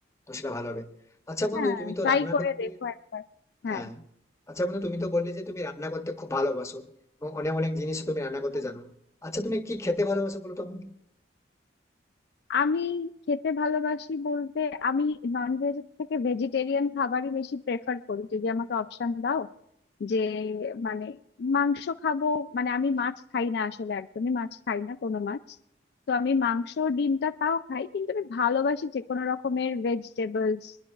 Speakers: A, on the left; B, on the left.
A: তো সেটা ভালো হবে আচ্ছা বন্ধু
B: হ্যাঁ
A: তুমি তো
B: ট্রাই
A: রান্না
B: করে
A: করতে
B: দেখো একবার হ্যাঁ
A: হ্যাঁ আচ্ছা বন্ধু তুমি তো বললে যে তুমি রান্না করতে খুব ভালোবাসো এবং অনেক অনেক জিনিস তুমি রান্না করতে
B: হ্যাঁ।
A: জানো আচ্ছা তুমি কি খেতে ভালোবাসো বলো তো আমাকে?
B: আমি খেতে ভালোবাসি বলতে আমি নন ভেজ থেকে ভেজিটেরিয়ান খাবারই বেশি প্রেফার করি যদি আমাকে অপশন দাও যে মানে মাংস খাবো মানে আমি মাছ খাই না আসলে একদমই মাছ খাই না কোনো মাছ তো আমি মাংস ডিমটা তাও খাই কিন্তু আমি ভালোবাসি যে কোনো রকমের ভেজিটেবলস